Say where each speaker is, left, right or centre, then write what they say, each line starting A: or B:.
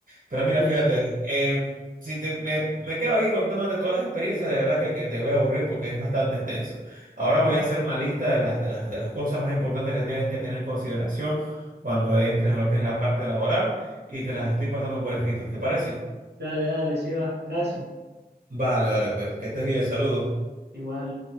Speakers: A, on the right; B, on the right.
A: Pero mira,
B: Sí,
A: fíjate,
B: sí.
A: eh, si te, me, me quedo aquí contándote todas las experiencias, de verdad que, que te voy a aburrir porque es bastante extenso. Ahora voy
B: <laughs>
A: a hacer una lista de las, de las, de las cosas más importantes que tienes que tener en consideración cuando entres a lo que es la parte laboral y te las estoy pasando por escrito, ¿te parece?
B: Dale, dale, sí va. Gracias.
A: Vale, vale, pues, que estés bien, saludos.
B: Igual.